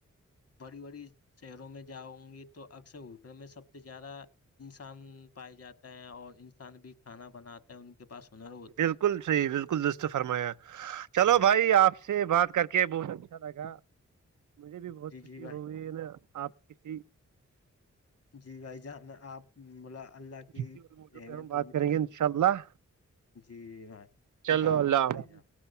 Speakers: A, on the left; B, on the right.
A: بڑی بڑی شہروں میں جاؤوں گی تو اکثر ہوٹل میں سب سے زیادہ انسان پائے جاتا ہے اور انسان بھی کھانا بناتا ہے ان کے پاس سن اور
B: بالکل صحیح بالکل دست فرمایا چلو
A: ہاں
B: بھائی آپ سے بات کر کے بہت اچھا لگا مجھے بھی بہت
A: جی
B: خوشی
A: جی بھائی
B: ہوئی ہے نا آپ کسی
A: جی بھائی جان آپ ملا اللہ کی
B: کسی اور موضوع
A: اہمیت
B: پہ ہم بات
A: ہوگی
B: کریں
A: تو پھر
B: گے ان شاء اللہ
A: جی بھائی خدا
B: چلو
A: آپ
B: اللہ
A: ص بائی
B: حافظ۔
A: جانا